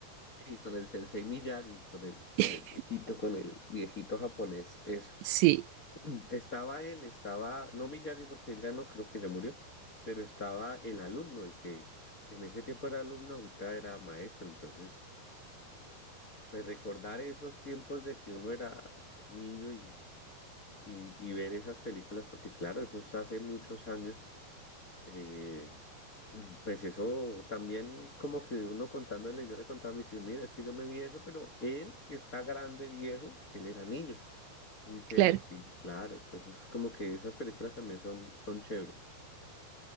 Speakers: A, on the left; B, on the right.
A: Y con el sensei Miyagi, con el, con
B: <laughs>
A: el viejito, con el viejito japonés, eso.
B: Sí,
A: <clears throat> Estaba él, estaba, no Miyagi porque él ya no creo que ya murió, pero estaba el alumno, el que en ese tiempo era alumno, ahorita era maestro, entonces, pues recordar esos tiempos de que uno era niño y, y, y ver esas películas, porque claro, eso es hace muchos años, eh, <clears throat> pues eso también como que uno contándole, yo le contaba a mis hijos, mira, es que yo me vi eso, pero él que está grande, viejo, él era niño. En serio,
B: claro.
A: sí, claro. Entonces, como que esas películas también son, son chéveres.